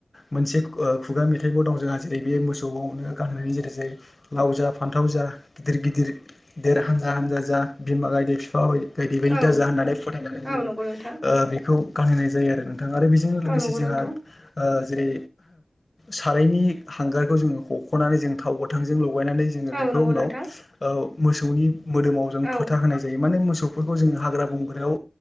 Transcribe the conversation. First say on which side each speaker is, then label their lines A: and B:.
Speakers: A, on the left; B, on the right.
A: मोनसे ओ खुगा मेथाइबो दं जोंहा जेरै बे मोसौआवनो गानहोनायनि जेरै जेरै लाव जा फान्थाव जा गिदिर गिदिर देर हानजा हानजा जा बिमा गायदे बिफा बादि बायदि बायदि
B: औ
A: दाजा होननानै फोथायनानै
B: औ
A: जोङो
B: नंगौ नोंथां
A: ओ बेखौ गानहैनाय जायो आरो नों थां आरो बेजों लोगोसे
B: औ नंगौ
A: जोंहा
B: नोंथां
A: जेरै सारायनि हांगारखौ जोङो हख'नानै जों थाव गोथांजों लगायनानै जोङो
B: औ
A: बेखौ
B: नंगौ
A: उनाव
B: नोंथां
A: ओ मोसौनि मोदोमाव जों
B: औ
A: फोथा होनाय जायो माने मोसौ फोरखौ हाग्रा बंग्रायाव